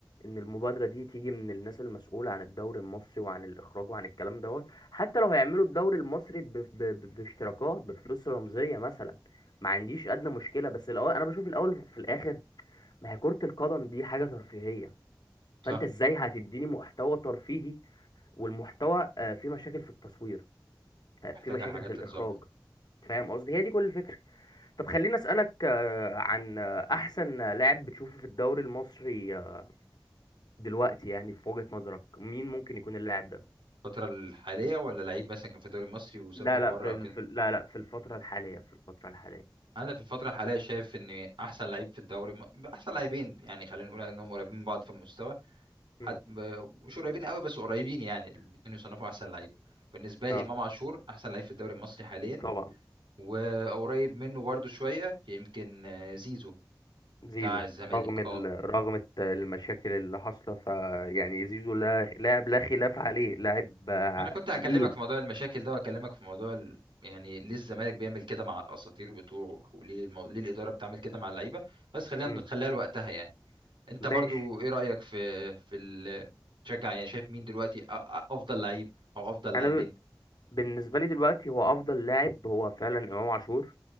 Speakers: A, on the left; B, on the right.
A: ان المبادرة دي تيجي من الناس المسؤولة عن الدوري المصري وعن الاخراج وعن الكلام دوت حتى لو هيعملوا الدوري المصري ب... ب... ب... باشتراكات بفلوس رمزية مثلا ما عنديش ادنى مشكلة بس الاول انا بشوف الاول في الاخر ما هي كرة القدم دي حاجة ترفيهية
B: صح
A: فانت ازاي هتديني محتوى ترفيهي والمحتوى آه، فيه مشاكل في التصوير آه،
B: محتاجة
A: فيه مشاكل
B: حاجات
A: في الاخراج
B: تتظبط
A: فاهم قصدي هي دي كل الفكرة طب خليني اسالك آه، عن آه، احسن لاعب بتشوفه في الدوري المصري آه، دلوقتي يعني في وجهة نظرك مين ممكن يكون اللاعب ده
B: الفترة الحالية ولا لعيب مثلا كان في الدوري المصري وسافر
A: لا لا
B: بره
A: في
B: او
A: ال...
B: كده
A: في ال- لا لا في الفترة الحالية في الفترة الحالية
B: انا في الفتره الحاليه شايف ان احسن لعيب في الدوري احسن لاعبين يعني خلينا نقول انهم قريبين من بعض في المستوى حتى
A: مم.
B: مش قريبين قوي بس قريبين يعني الاثنين يصنفوا احسن لعيب بالنسبه لي
A: اه
B: امام عاشور احسن لعيب في الدوري المصري حاليا
A: طبعا
B: وقريب منه برضو شويه يمكن آه، زيزو
A: زيزو
B: بتاع الزمالك
A: رغم ال...
B: اه
A: رغم الت- المشاكل اللي حاصله فيعني زيزو لا لاعب لا خلاف عليه لاعب آه،
B: انا كنت هكلمك
A: تقيل
B: في موضوع المشاكل ده واكلمك في موضوع ال... يعني ليه الزمالك بيعمل كده مع الاساطير بتوعه وليه المو... ليه الاداره بتعمل كده مع اللعيبه بس خلينا
A: مم.
B: نخليها لوقتها يعني انت
A: ماشي
B: برضو ايه رأيك في في ال تشجع يعني شايف مين دلوقتي أ- أ- افضل لعيب او افضل
A: انا
B: لاعبين
A: ب... بالنسبة لي دلوقتي هو افضل لاعب هو فعلا امام عاشور